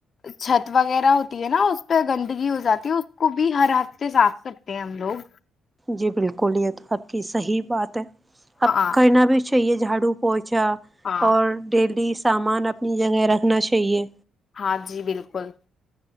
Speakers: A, on the left (about 45°); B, on the right (about 15°).
A: چھت وغیرہ ہوتی ہے نا اس پہ گندگی ہو جاتی ہے اس کو بھی ہر ہفتے صاف کرتے ہم لوگ
B: جی بالکل یہ تو آپ کی صحیح بات ہے اب
A: ہاں
B: کرنا بھی اچھ چاہ یہے جاڑو پوچ اچھا
A: ہاں
B: اور ڈیلی سامان اپنی جگہ رکھنا چاہیے
A: ہاں جی بالکل